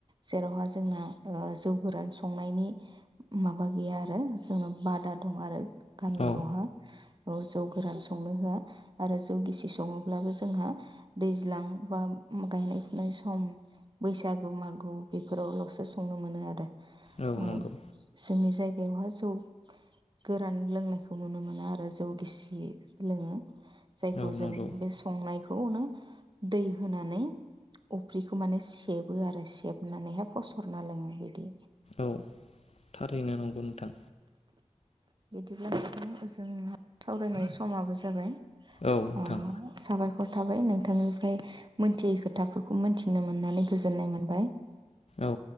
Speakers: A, on the right; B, on the left.
A: जेरावहा जोंना ओ जौ गोरान संनायनि माबा गैया आरो जोंना बादा दं आरो गामिआव
B: औ
A: हा ओ जौ गोरान संनो होआ आरो जौ गिसि सङोब्लाबो जोंहा दैज्लां बा गायनाय फुनाय सम बैसागु मागु बेफोरावलसो संनो मोनो आरो।
B: औ
A: ओ
B: नंगौ
A: जोंनि जायगायावहा जौ गोरान लोंनायखौ नुनो मोना आरो जौ गिसि लोङो। जायखौ
B: औ
A: जों
B: नंगौ
A: बे संनायखौ नो दै होनानै अफ्रि खौ माने सेबो आरो सेबनानैहाय फसरना लोङो बिदि
B: औ थारैनो नंगौ नोंथां।
A: बिदिब्ला नोंथां जों सावरायनाय समाबो जाबाय।
B: औ नोंथां
A: अ' साबायखर थाबाय नों थांनिफ्राय मोनथियै खोथाफोरखौ मोनथि नो मोननानै गोजोननाय मोनबाय।
B: औ